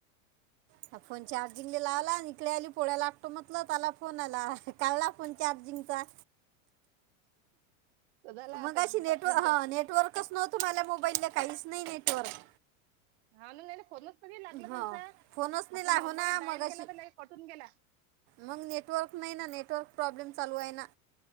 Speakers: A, on the right; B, on the right.
A: हा फोन चार्जिंगला लावला आली पोळ्याला लाटतो म्हटलं ताला फोन आला काढला फोन चार्जिंगचा.
B: झाला आता
A: मगाशी
B: पाच
A: नेटव
B: मिनिटं
A: हा नेटवर्कच नव्हतु मला मोबाईल्ला काहीच नाही नेटवर्क.
B: अून नाही ना फोनच कधी लागला
A: हा
B: तुमचा
A: फोनच नाही
B: फक्त
A: लागो
B: नंबर
A: ना
B: डाईल
A: मग अशी
B: केला तर कटून गेला.
A: मग नेटवर्क नाही ना नेटवर्क प्रॉब्लेम चालू आहे ना.